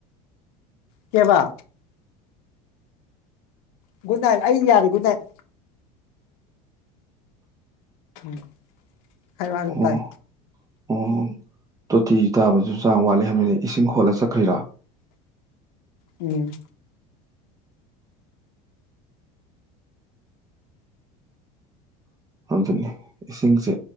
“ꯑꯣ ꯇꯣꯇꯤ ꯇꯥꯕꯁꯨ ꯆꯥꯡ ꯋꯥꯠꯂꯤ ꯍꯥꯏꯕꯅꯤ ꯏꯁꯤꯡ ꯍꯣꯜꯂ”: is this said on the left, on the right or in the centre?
Right